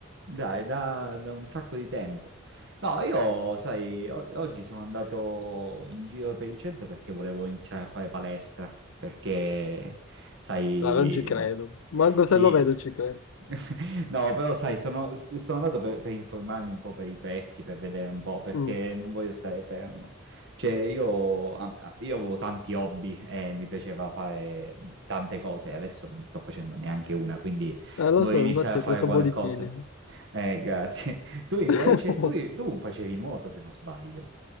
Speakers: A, on the right (about 60°); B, on the left (about 80°).
A: Dai, da, da un sacco di tempo. No, io, sai, o- oggi sono andato in giro per il centro perché volevo iniziare a fare palestra, perché, sai,
B: Dai, non ci credo. Manco
A: sì,
B: se lo vedo ci credo.
A: <laughs> no, però, sai, sono, sono andato per, per informarmi un po' per i prezzi, per vedere un po', perché
B: Mm.
A: non voglio stare fermo. Cioè, io, a- a- io avevo tanti hobby e mi piaceva fare tante cose, adesso non ne sto facendo neanche una, quindi...
B: Eh, lo
A: Vuoi
B: so,
A: iniziare
B: infatti
A: a fare
B: hai preso
A: qualcosa?
B: un po' di chili.
A: Eh, grazie. <laughs> Tu invece,
B: <laughs>
A: tu, tu facevi nuoto se non sbaglio.